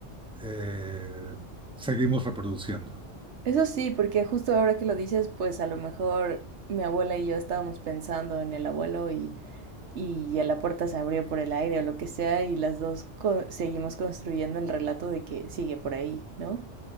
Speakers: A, in the centre; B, on the right.
A: eh, seguimos reproduciendo?
B: Eso sí, porque justo ahora que lo dices, pues a lo mejor mi abuela y yo estábamos pensando en el abuelo y y ya la puerta se abrió por el aire o lo que sea y las dos co seguimos construyendo el relato de que sigue por ahí, ¿no?